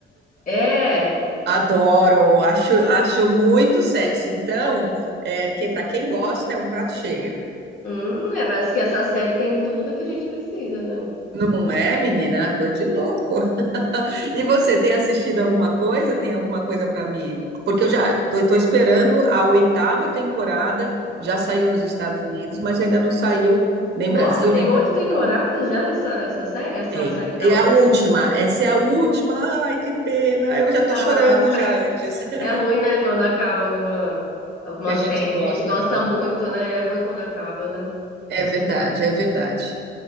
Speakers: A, on the left; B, on the right.
A: É,
B: Adoro, acho, acho muito sexy. Então, é, que para quem gosta é um prato cheio.
A: hum, é, parece que essa série tem tudo que a gente precisa, né?
B: Não é, menina? Coisa de louco. E você tem assistido alguma coisa? Tem alguma coisa para mim? Porque eu já tô, tô esperando a oitava temporada, já saiu nos Estados Unidos, mas ainda não saiu nem
A: Nossa,
B: Brasil,
A: tem
B: nem Portugal.
A: oito temporadas já essa essa série, essa
B: Tem.
A: série da
B: E
A: última.
B: a última, essa é a última. Ai, que pena. Eu já tô
A: Ah,
B: chorando já antes. <laughs>
A: é ruim, né, quando acaba alguma alguma
B: Que a
A: série
B: gente gosta
A: que a gente gosta
B: tanto.
A: muito, né? É ruim quando acaba, né?
B: É verdade, é verdade.